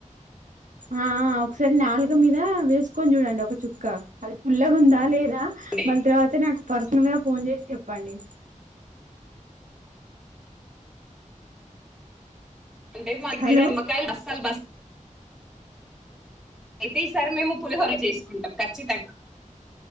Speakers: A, on the right (about 75°); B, in the centre.
A: ఆ ఆ ఒకసారి నాలుక మీద వేసుకొని చూడండి ఒక చుక్క అది పుల్లగుందా లేదా అ
B: అండి
A: మళ్ తర్వాత నాకు పర్సన మ్యాప్ ఫోన్ చేసి చెప్పండి
B: అంటే మా దగ్గర
A: హలో
B: నిమ్మకాయలు అస్సలు బస్ అయితే ఈసారి మేము పులిహోర చేసుకుంటాం ఖచ్చితంగా